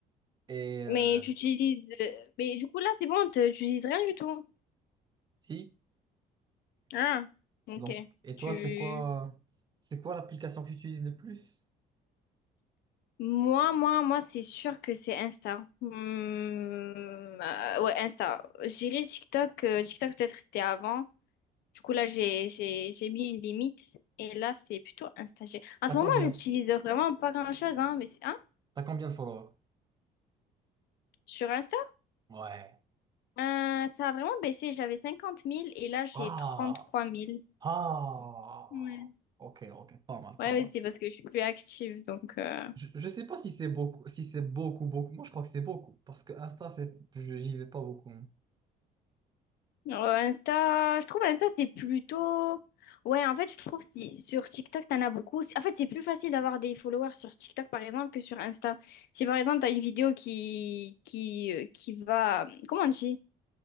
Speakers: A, on the right; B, on the left.
A: Et euh,
B: Mais tu utilises... euh, Mais du coup, là, c'est bon, t'es- tu utilises rien du tout.
A: si,
B: Ah, ok.
A: donc, et toi,
B: Tu...
A: c'est quoi, c'est quoi l'application que tu utilises le plus?
B: Moi, moi, moi, c'est sûr que c'est Insta. Mmh, euh, ouais, Insta. J'irai TikTok. euh, TikTok, peut-être, c'était avant. Du coup, là, j'ai, j'ai, j'ai mis une limite. Et là, c'est plutôt Insta. J'ai- En
A: T'as
B: ce
A: combien?
B: moment, j'utilise vraiment pas grand-chose, hein, mais c'est... Hein?
A: T'as combien de followers?
B: Sur Insta?
A: Ouais.
B: Euh, ça a vraiment baissé. J'avais 50 000 et là, j'ai
A: Ah,
B: 33 000.
A: ah.
B: Ouais.
A: Ok, ok, pas mal,
B: Ouais,
A: pas
B: mais
A: mal.
B: c'est parce que je suis plus active. Donc, euh,
A: Je, je sais pas si c'est beaucoup, si c'est beaucoup, beaucoup. Moi, je crois que c'est beaucoup parce que Insta, c'est, je- j'y vais pas beaucoup. hein.
B: euh, Insta, je trouve Insta, c'est plutôt. Ouais, en fait, je trouve si sur TikTok, t'en as beaucoup. c'est- En fait, c'est plus facile d'avoir des followers sur TikTok, par exemple, que sur Insta. Si, par exemple, t'as une vidéo qui, qui, euh, qui va. Comment on dit?